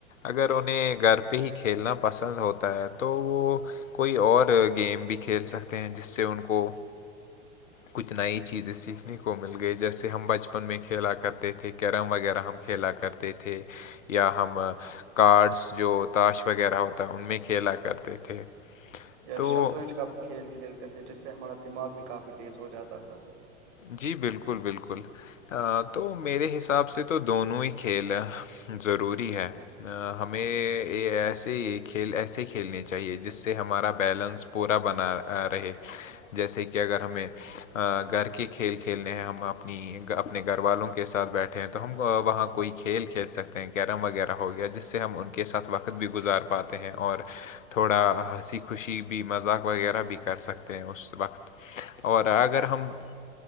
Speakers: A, on the left (about 80°); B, on the right (about 50°).
A: اگر انہیں گھر پہ ہی کھیلنا پسند ہوتا ہے تو وہ کوئی اور گیم بھی کھیل سکتے ہیں جس سے ان کو کچھ نئی چیزیں سیکھنے کو مل گئی جیسے ہم بچپن میں کھیلا کرتے تھے کیرم وغیرہ ہم کھیلا کرتے تھے یا ہم کارڈس جو تاش وغیرہ ہوتا ان میں کھیلا کرتے تھے
B: یا
A: تو
B: شطرنج کا کھیل کھیلتے تھے جس سے ہمارا دماغ بھی کافی تیز ہو جاتا تھا
A: جی بالکل بالکل تو میرے حساب سے تو دونوں ہی کھیل ضروری ہے ہمیں ایسے یہ کھیل ایسے کھیلنے چاہیے جس سے ہمارا بیلنس پورا بنا رہے جیسے کہ اگر ہمیں گھر <unintelligible> کے کھیل کھیلنے ہیں ہم اپنی اپنے گھر والوں کے ساتھ بیٹھے ہیں تو ہم وہاں کوئی کھیل کھیل سکتے ہیں کیرم وغیرہ ہو گیا جس سے ہم ان کے ساتھ وقت بھی گزار پاتے ہیں اور <unintelligible> تھوڑا ہنسی خوشی بھی مذاق وغیرہ بھی کر سکتے ہیں اس وقت اور اگر ہم <unintelligible>